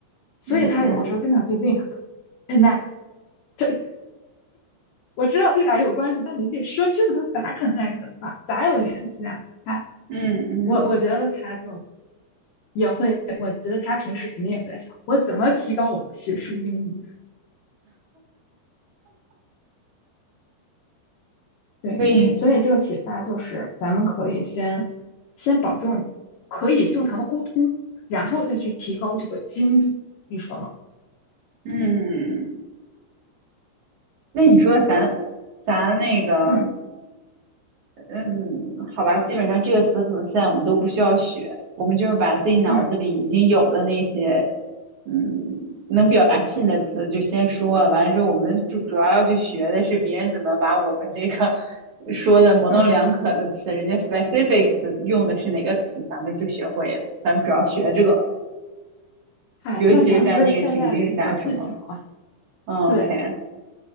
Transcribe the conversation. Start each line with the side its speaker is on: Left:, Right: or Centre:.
Left: 所以他有的时候经常对
Right: 嗯嗯
Left: link、connect <laughs> 我知道这俩有关系，但你得说清楚它咋 connect 的吧，咋有联系啊？他，
Right: 嗯嗯，
Left: 我我觉得他就也会，我觉得他平时肯定也会在想，我怎么提高我的学术英语？对，
Right: 所以
Left: 所以这个启发就是，咱们可以先先保证可以正常的沟通，然后再去提高这个精度，你说吗？
Right: 嗯，那你说咱咱那个
Left: 嗯
Right: 嗯，好吧，基本上这个词可能现在我们都不需要学，我们就是把自己脑子里已经有的那些
Left: 嗯
Right: 嗯能表达信的词就先说了，完了之后我们主主要要去学的是别人怎么把我们这个说的模棱两可的词，
Left: 嗯，
Right: 人家 specific 的用的是哪个词，咱们就学会了咱们主要学这个。
Left: 嗨，
Right: 尤其是在那个情境下，
Left: 那咱们不是现在的小技巧了？
Right: 是吗？嗯，OK，
Left: 对。